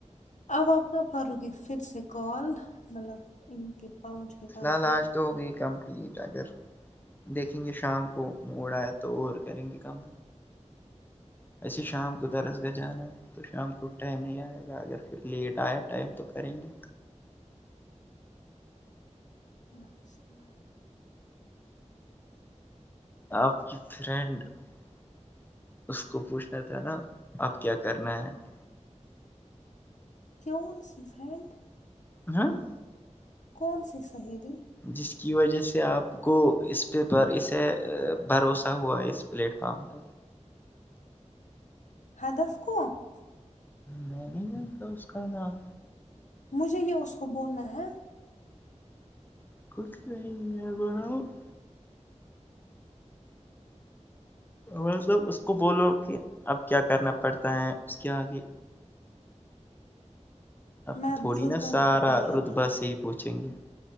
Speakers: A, on the left (about 80°); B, on the left (about 15°).
A: اب آپنا کر ر کےے پھر سے کال مطلب ان کے <unintelligible>
B: فی
A: کمپلیٹ
B: الحال آج تو ہو گئی کمپلیٹ اگر <unintelligible> دیکھیں گے شام کو موڑ آیا تو اور کریں گے کام ایسے شام کو درس گاہ جانا ہے تو شام کو ٹائم نہیں آئے گا اگر پھر لیٹ آیا ٹائم تو کریں گے
A: اچھا <unintelligible>
B: آپ کی فرینڈ <unintelligible> اس کو پوچھنا تھا نا اب کیا کرنا ہے <unintelligible>
A: تیون سی فرینڈ <unintelligible>
B: ہاں <unintelligible>
A: کون سی سہیلی
B: جس کی وجہ سے آپ کو اس پہ اسے بھروسہ ہوا اس پلیٹ پ <unintelligible>
A: ہادف کو <unintelligible>
B: میں نہیں جانتا اس کا نام
A: مجھے یہ اس کو بولنا ہے
B: کھ رہ میں بنؤ <unintelligible> ملب اس کو بولو کہ اب کیا کرنا پڑتا ہے اس کے آگے اب
A: میں
B: تھوڑی
A: رتبہ
B: نا سارا
A: دیتی کو ہی ابھی
B: رتبا سے ہی پوچھیں گے